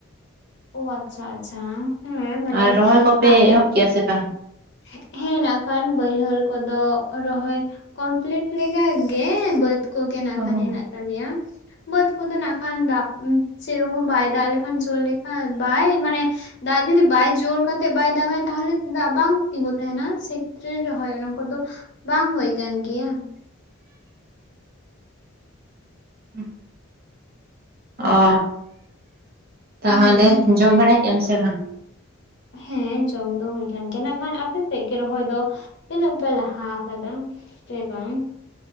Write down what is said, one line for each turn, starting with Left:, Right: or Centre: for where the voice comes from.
Left: ᱟᱪᱪᱷᱟ ᱟᱪᱪᱷᱟ ᱦᱮᱸ ᱢᱟᱱᱮ
Right: ᱟᱨ ᱨᱚᱦᱚᱭ ᱠᱚᱯᱮ
Left: ᱟᱜ
Right: ᱮᱦᱚᱵ
Left: <inaudible>
Right: ᱠᱮᱜᱼᱟ ᱥᱮ ᱵᱟᱝ
Left: ᱦᱮᱸ ᱱᱟᱜ ᱠᱷᱟᱱ ᱵᱟᱹᱭᱦᱟᱹᱲ ᱠᱚᱫᱚ ᱨᱚᱦᱚᱭ ᱠᱚᱢᱯᱞᱤᱴ ᱞᱮ ᱜᱮ ᱵᱟᱹᱫᱽ ᱠᱚᱜᱮ ᱱᱟᱜ
Right: ᱚ
Left: ᱠᱷᱟᱱ ᱦᱮᱱᱟᱜ ᱛᱟᱞᱮᱭᱟ ᱵᱟᱹᱫ ᱠᱚᱫᱚ ᱱᱟᱜ ᱠᱷᱟᱱ ᱫᱟᱜ ᱪᱮᱨᱚᱠᱚᱢ ᱵᱟᱭ ᱫᱟᱜ ᱞᱮᱠᱷ ᱠᱷᱟᱡᱚ ᱞᱮᱠᱷᱟ ᱵᱟᱭ ᱢᱟᱱᱮ ᱫᱟᱜ ᱡᱩᱫᱤ ᱵᱟᱭ ᱡᱳᱨ ᱠᱟᱛᱮᱫ ᱵᱟᱭ ᱫᱟᱜᱟᱭ ᱛᱟᱦᱚᱞᱮ ᱫᱟᱜ ᱵᱟᱝ ᱛᱤᱜᱩ ᱛᱟᱦᱮ ᱱᱟ ᱥᱮ ᱯᱷᱨᱮ ᱨᱚᱦᱚᱭ ᱚᱱᱟ ᱠᱚᱫᱚ ᱵᱟᱝ ᱦᱩᱭᱳ ᱠᱟᱱ ᱜᱮᱭᱟ
Right: ᱦᱮᱸ ᱚ ᱛᱟᱦᱚᱞᱮ
Left: ᱦᱩᱸ
Right: ᱡᱚᱢ ᱵᱟᱲᱟᱭ ᱠᱮᱜᱟ ᱥᱮ ᱵᱟᱝ?
Left: ᱦᱮᱸ ᱡᱚᱢ ᱫᱚ ᱦᱩᱭ ᱠᱟᱱᱟ ᱜᱮᱭᱟ ᱱᱟᱜ ᱠᱷᱟᱱ ᱟᱯᱮ ᱥᱮᱫ ᱜᱮ ᱨᱚᱦᱚᱭ ᱫᱚ ᱛᱤᱱᱮᱹᱜ ᱯᱮ ᱞᱟᱦᱟ ᱟᱠᱟᱫᱟ ᱥᱮ ᱵᱟᱝ?